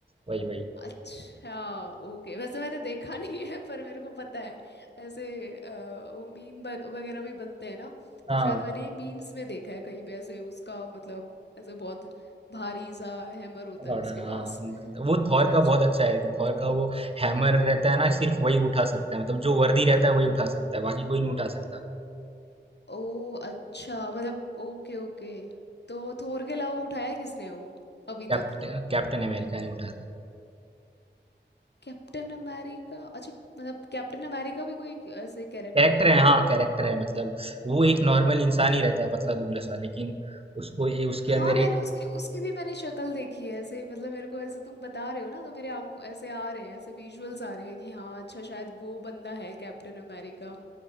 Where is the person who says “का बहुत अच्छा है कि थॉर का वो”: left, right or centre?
Right